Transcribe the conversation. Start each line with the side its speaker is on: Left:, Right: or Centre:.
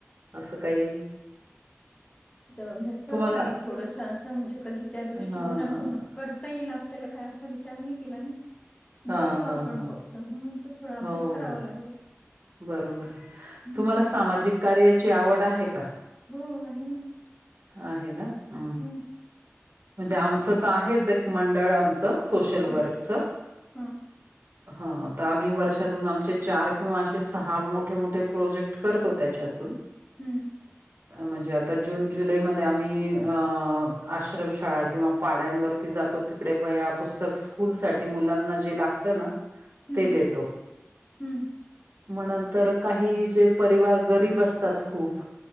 Right: असं. काही,
Left: त अभ्यास करावा
Right: तुम्हाला
Left: लागेल थोडस, असं म्हणजे कधी त्या दृष्टीकोनातून
Right: हां,
Left: करता येईल, आप त्याला काय असा विचार नाही केलाना,
Right: हां,
Left: बघतो
Right: हां,
Left: आपन
Right: हां.
Left: फ क्त तर थोडा अभ्यास
Right: हो,
Left: करावा लागेल,
Right: बरोबर,
Left: हम्म
Right: तुम्हाला सामाजिक कार्याची आवड आहे का?
Left: हो, आहे ना.
Right: आहेना अ,
Left: हम्म
Right: म्हणजे, आमचं तर आहेच एक मंडळ आमचं, सोशल
Left: हा
Right: वर्कच,
Left: हा
Right: हा आता आम्ही वर्षातून आमचे चार किंवा असे, सहा, मोठेमोठे प्रोजेक्ट करतो त्याच्यातून.
Left: हम्म,
Right: अ, म्हणजे, आता जून जुलैमध्ये आम्ही आश्रमशाळा किंवा, पाड्यांवरती जातो. तिकडे, वया पुस्तक स्कूल साठी मुलांना जे लागत ना,
Left: हम्म
Right: ते देतो.
Left: हम्म,
Right: मनंतर काही, जे परिवार गरीब असतात खूप,